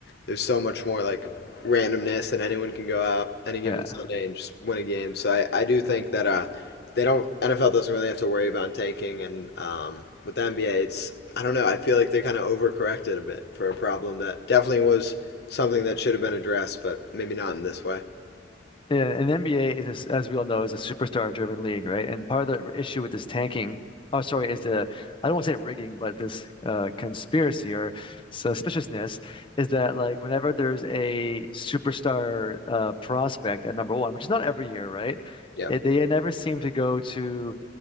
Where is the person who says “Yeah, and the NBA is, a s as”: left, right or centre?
Left